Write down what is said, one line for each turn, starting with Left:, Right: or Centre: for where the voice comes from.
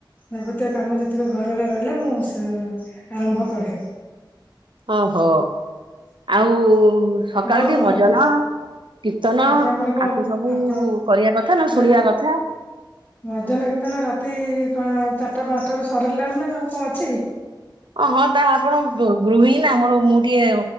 Left: ଯାବତୀଅ କାମ ଯେତିକ ଘରରେ ରହିଲା ମୁଁ ସେ ଆରମ୍ଭ କରେ।
Right: ଓହୋ ଆଉ ସକାଳେ
Left: ଆଉ
Right: ଟିକେ ଭଜନ
Left: ଆପ
Right: କୀର୍ତ୍ତନ
Left: ଆପଣଙ୍କର କଣ
Right: ଆକୁ ସବୁ
Left: ଆପଣ
Right: କରିଆ କଥା ନହେଲେ
Left: ଆଗେ
Right: ଶୁଣିଆ କଥା।
Left: ଭଜନ କୀର୍ତ୍ତନ ରାତି ପା ଚାରିଟା ପାଞ୍ଚଟା ରୁ ସରିଲାଣି ନା ଆଉ କଣ ଅଛି।
Right: ହଁ ତା ଆପଣ ଗୁ ଗୃହିଣୀ ନା ମୋର ମୁଁ ଟିକେ